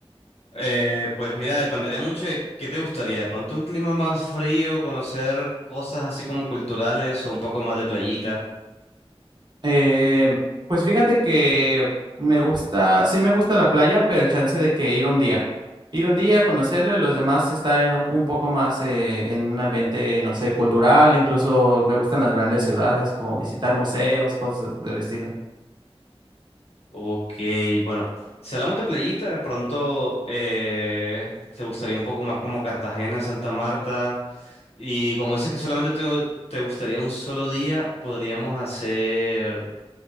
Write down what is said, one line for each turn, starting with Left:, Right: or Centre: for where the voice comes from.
Left: Eh, pues mira, dependería mucho de qué te gustaría. De pronto un clima más frío, conocer cosas así como culturales o un poco más de playita.
Right: Eh, pues fíjate que me gusta, sí me gusta la playa, pero el chance de que ir un día. Ir un día, conocerlo y los demás estar en un, un poco más eh, en un ambiente, no sé, cultural. Incluso me gustan las grandes ciudades, como visitar museos, cosas del estilo.
Left: Ok, bueno, si hablamos de playita, de pronto eh, te gustaría un poco más como Cartagena, Santa Marta. Y como dices que solamente te, te gustaría un solo día, podríamos hacer